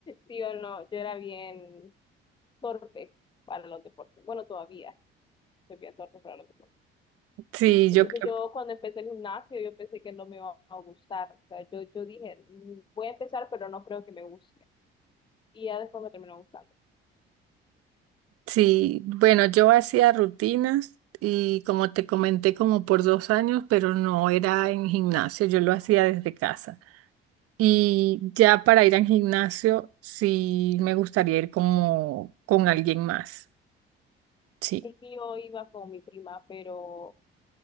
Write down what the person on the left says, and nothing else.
Sí o no, yo era bien torpe para los deportes. Bueno, todavía soy bien torpe para los deportes.
Entonces
yo cuando empecé el gimnasio, yo pensé que no me iba a gustar. O sea, yo, yo dije, "Mm, voy a empezar, pero no creo que me guste. Y ya después me terminó gustando.
Es que yo iba con mi prima, pero